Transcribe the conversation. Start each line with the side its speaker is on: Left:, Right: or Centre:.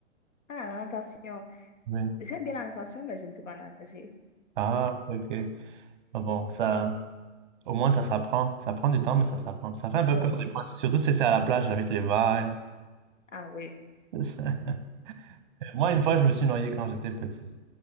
Left: Ah, la natation.
Right: oui
Left: J'aime bien la natation, mais je ne sais pas nager.
Right: Ah, ok. Ah Bon, ça, au moins, ça s'apprend. Ça prend du temps, mais ça s'apprend. Ça fait un peu
Left: Ah
Right: peur
Left: oui.
Right: des fois, surtout si c'est à la plage avec les vagues.
Left: Ah oui.
Right: <laughs> Moi, une fois, je me suis noyé quand j'étais petit.